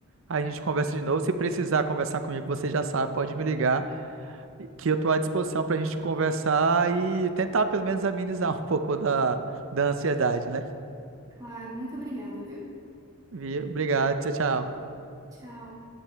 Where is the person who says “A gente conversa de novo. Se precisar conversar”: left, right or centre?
Right